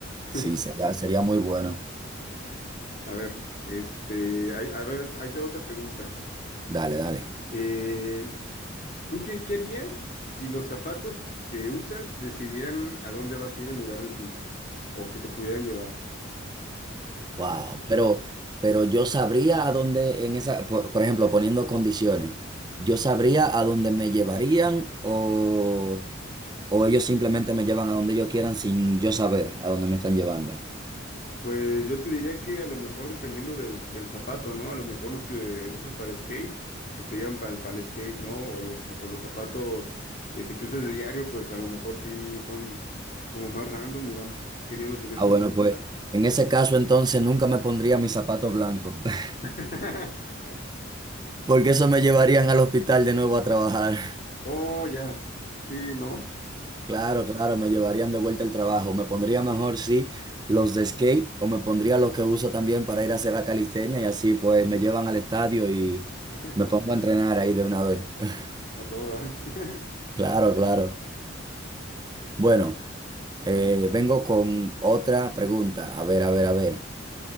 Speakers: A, on the left; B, on the right.
A: <laughs>
B: Sí, sería, sería muy bueno.
A: A ver, este, ahí- a ver, ahí tengo otra pregunta.
B: Dale, dale.
A: Eh, ¿tú qué, qué harías si los zapatos que usas decidieran a dónde vas a ir en lugar de ti? o que te pudieran llevar? Ah,
B: Wow, pero, pero yo sabría a dónde en esa, por, por ejemplo, poniendo condiciones, yo sabría a dónde me llevarían o, o ellos simplemente me llevan a donde ellos quieran sin yo saber a dónde me están llevando.
A: Pues yo te diría que a lo mejor dependiendo del, del zapato, ¿no? A lo mejor los que uses para skate, pues te llevan para, el- para el skate, ¿no? O los, o los zapatos este, que uses de diario, pues a lo mejor sí son como más random y van queriendo tener
B: Ah,
A: su...
B: bueno,
A: voluntad.
B: pues en ese caso entonces nunca me pondría mis zapatos blancos, <laughs>
A: <laughs>
B: porque eso me llevarían al hospital de nuevo a trabajar.
A: Oh, ya. Sí, ¿no?
B: Claro, claro, me llevarían de vuelta al trabajo. Me pondría mejor, sí, los de skate o me pondría los que uso también para ir a hacer la calistenia y así pues me llevan al estadio y
A: <laughs>
B: me pongo a entrenar ahí de una vez. <laughs>
A: A todo dar. <laughs>
B: Claro, claro. Bueno, eh, vengo con otra pregunta. A ver, a ver, a ver.